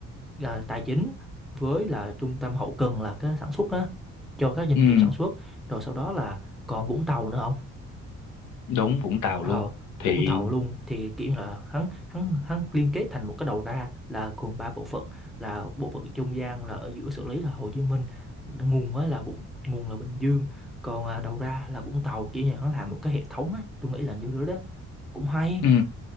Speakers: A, in the centre; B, on the left.
A: à, tài chính với là trung tâm hậu cần là cái sản xuất á cho các doanh
B: ừ,
A: nghiệp sản xuất rồi sau đó là còn Vũng Tàu nữa
B: đúng Vũng Tàu
A: Ờ,
B: luôn thì
A: Vũng Tàu luôn thì kiểu như là hắn hắn hắn liên kết thành một cái đầu ra là gồm ba bộ phận là bộ phận trung gian là ở giữa xử lý là Hồ Chí Minh nguồn á là Vũng nguồn là Bình Dương còn à, đầu ra là Vũng Tàu kiểu như hắn làm một cái hệ thống ấy tôi nghĩ là như thế đó cũng hay
B: Ừ.